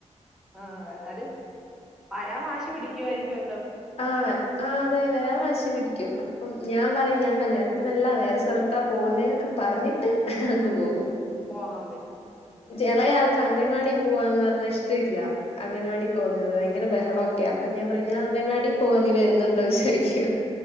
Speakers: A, in the centre; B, on the left.
A: ആ എന്നാലും പരാവാശി ക്ക് പിടിക്കുവായിരിക്കുവെല്ലോ
B: ആ ആ അതെ വെരാൻ വാശി പിടിക്കും അപ്പം ഞാൻ പറയും ഞാൻ കല്യാണത്തിനല്ല വേറെ സ്ഥലം ത്താ പോകുന്നേ എന്നൊക്കെ പറഞ്ഞിട്ട് അങ്ങ് പോകും
A: പോകാൻ പറ്റോ
B: എളയാള് അംഗൻവാടി പോവാന്നു പറഞ്ഞാ ഇഷ്ടയില്ല അംഗൻവാടി പോകുന്നത് ഭയങ്കര ബഹളമൊക്കെയാ അപ്പൊ ഞാൻ പറയും ഞാൻ അംഗൻവാടി പോവാ നീ വരുന്നുണ്ടോ ചോയിക്കും